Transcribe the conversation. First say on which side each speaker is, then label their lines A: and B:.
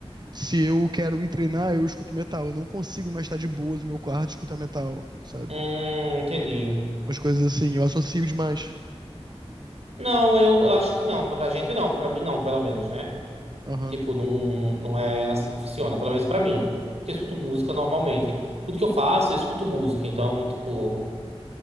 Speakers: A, on the right; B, on the right.
A: Se eu quero ir treinar, eu escuto metal. Eu não consigo mais estar de boas no meu quarto e escutar metal, sabe?
B: Hum, entendi.
A: Umas coisas assim, eu associo demais.
B: Não, eu acho que não. Pra gente não. Pra mim não, pelo menos, né?
A: Aham.
B: Tipo, não, não é assim que funciona. Pelo menos pra mim. Porque eu escuto música normalmente. Tudo que eu faço, eu escuto música. Então, tipo.